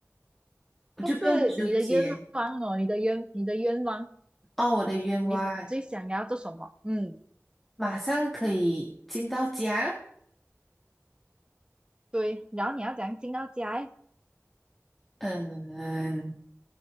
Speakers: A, in the centre; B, on the right.
A: 我就不用纠结。
B: 不是你的愿望哦，你的愿，你的愿望，
A: 哦，我的愿望
B: 你最想要做什么？嗯，
A: 马上可以进到家。
B: 对。然后你要怎样进到家诶
A: 嗯，